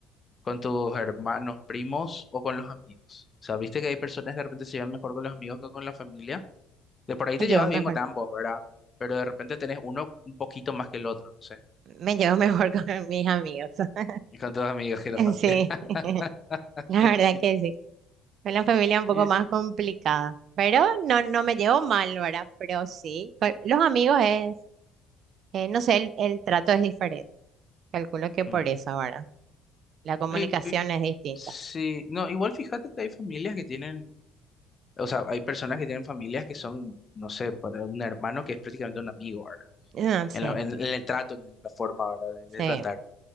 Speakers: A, on the left; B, on the right.
A: con tus hermanos, primos o con los amigos. O sea, viste que hay personas que de repente se llevan mejor con los amigos que con la familia. De por ahí te
B: Me llevo
A: llevas
B: mejor,
A: bien con ambos, ¿verdad? Pero de repente tenés uno un poquito más que el otro, no sé.
B: me llevo mejor <laughs> con mis amigos. <laughs>
A: Y con tus amigos que la familia.
B: Sí, <laughs>
A: <laughs>
B: la
A: Y
B: verdad
A: Sí.
B: que sí. Con la familia es un
A: Y-
B: poco más complicada. Pero no, no me llevo mal, ¿verdad? Pero sí, con los amigos es, eh, no sé, el el trato es diferente. Calculo que por
A: mm.
B: eso ahora. La comunicación
A: Y- y-
B: es distinta.
A: sí. No, igual fíjate que hay familias que tienen, o sea, hay personas que tienen familias que son, no sé, para un hermano que es prácticamente un amigo, ¿verdad?
B: Ah, sí,
A: En, la- en- en el trato, en la forma, ¿verdad? de de
B: sí.
A: tratar.